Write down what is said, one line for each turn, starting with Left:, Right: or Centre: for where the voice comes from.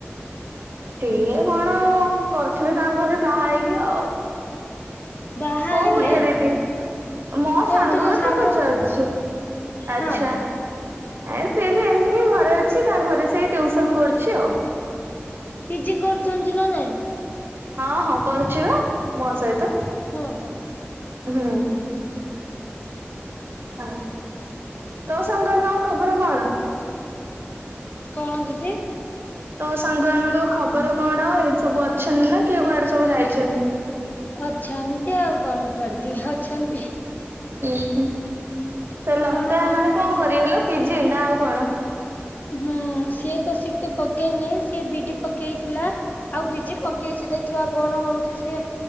Right: ସିଏ କଣ-ଅ-ଅ କରୁଥିବେ ତାଙ୍କ ଘରେ ବାହା ହେଇକି ଆଉ।
Left: ବାହା
Right: କୋଉ
Left: ହେଲେ
Right: ପୂଜା ଦିଦି ମୋ
Left: ଏବେ
Right: ସାଙ୍ଗ
Left: ତମ
Right: କଥା ପଚାରୁଛୁ?
Left: ପୁ
Right: ଆଛା।
Left: ହଁ
Right: ହେ ସିଏ ବି ଏମିତି ହି ଘରେ ଅଛି ତା ଘରେ ସେଇ ଟିଉସନ କରୁଛି ଆଉ।
Left: ପି ଜି କରୁଛନ୍ତି ନା ନାଇଁ?
Right: ହଁ ହଁ କରୁଛି ବା ମୋ ସହିତ।
Left: ହଁ ହଁ।
Right: ହୁଁ। <unintelligible> ତୋ ସାଙ୍ଗ ନ ଖବର କଣ?
Left: କଣ ଦିଦି?
Right: ତୋ ସାଙ୍ଗମାନଙ୍କ ଖବର କଣ ଏଇଠି ସବୁ ଅଛନ୍ତି ନା କିଏ କୁଆଡେ ସବୁ ଯାଇଛନ୍ତି?
Left: ଅଛନ୍ତି ଆଉ କଣ କୁଆଡେ ଯିବେ ଅଛନ୍ତି।
Right: ଉ ହୁଁ ସେ ଲତା
Left: କଣ କହୁଥିଲେ
Right: ମାନେ କଣ
Left: ଯେ
Right: କରିବେ ଲୋ ପି ଜି ନା ଆଉ କଣ?
Left: ହୁଁ ସିଏ ତ ସି ଟି ପକେଇନି ସିଏ ବି ଡି ପକେଇଥିଲା। ଆଉ ପି ଜି ପକେଇଛି ଦେଖିବା କଣ ହଉଛି ସିଏ।